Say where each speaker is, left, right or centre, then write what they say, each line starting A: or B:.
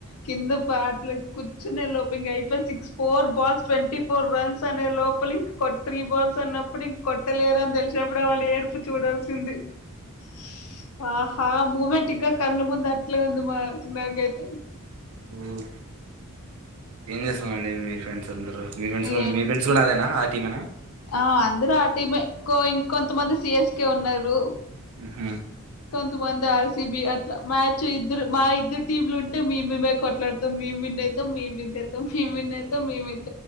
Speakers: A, on the left; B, on the right.
A: కింద బ్యాట్ల కూర్చునే లోపు ఇంగట్ అయిపోయా six four balls twenty four runs అనే లోపు ప్పులు ఇంక ఒక త్రీ బాల్స్ అన్నప్పుడు ఇంకొట్ ట్టలేర అని తెలిసినప్పుడు వాళ్ళ ఏడుపు చూడల్సింది స్ ఆహా మూమేటిగ కళ్ళు ముందు అట్లే ఉంది మా నాకైతె
B: ఉమ్ ఏం చేస్తున్నారండి మీ ఫ్రెండ్స్ అందరూ మీ ఫ్రెండ్స్ కూడా
A: ఏం
B: మీ ఫ్రెండ్స్ కూడా అదేనా ఆ టీమేనా
A: ఆ ఆందరు ఆ టీమ్ ఎ కో ఇంక్ కొంతమంది సి. ఎస్. కె ఉన్నరు.
B: ఉహ్మ్
A: కొంతమంది ఆర్. సి. బి అట్ల మ్యాచ్ ఇద్దరు మా ఇద్దరు టీంలు ఉంటే మేమేం కొట్లాడతాం మేము విన్ <unintelligible> ఐతమ్, మేం విన్ ఐతమ్, మేం విన్ ఐతమ్, మేం ఐతమ్